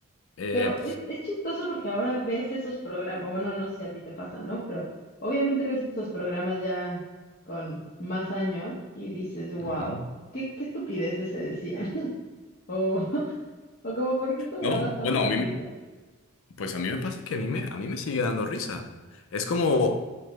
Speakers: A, on the left (about 65°); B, on the left (about 45°).
A: Eh,
B: Pero es, es chistoso porque ahora ves esos programas, bueno, no sé si a ti te pasa, ¿no? Pero obviamente ves esos programas ya con más años y dices, wow,
A: Ujú.
B: qué, qué estupideces se decían. <laughs> O, o como, ¿por qué esto me
A: no,
B: daba tanta
A: bueno, a mí,
B: risa?
A: me- pues a mí me pasa que a mí me, a mí me sigue dando risa. Es como,